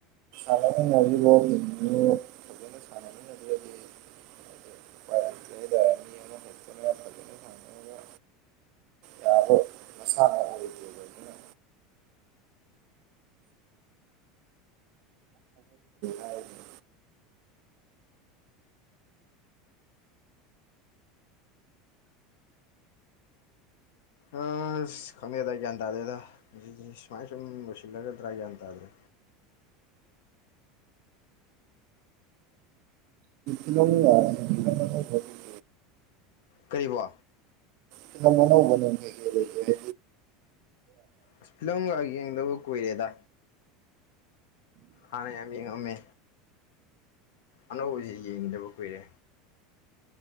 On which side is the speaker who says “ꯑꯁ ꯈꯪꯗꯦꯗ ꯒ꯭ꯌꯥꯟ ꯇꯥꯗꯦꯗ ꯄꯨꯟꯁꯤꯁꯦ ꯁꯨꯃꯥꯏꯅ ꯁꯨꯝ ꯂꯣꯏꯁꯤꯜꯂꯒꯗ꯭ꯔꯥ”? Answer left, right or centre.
Left